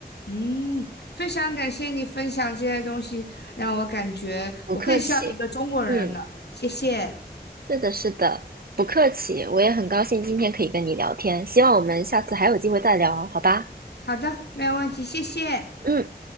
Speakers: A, on the left (about 80°); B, on the right (about 60°).
A: 嗯，非常感谢你分享这些东西，让我感觉我更像一个中国人了。
B: 不客气，嗯，
A: 谢谢。
B: 是的，是的，不客气。我也很高兴今天可以跟你聊天，希望我们下次还有机会再聊，好吧？
A: 好的，没有问题，谢谢。
B: 嗯。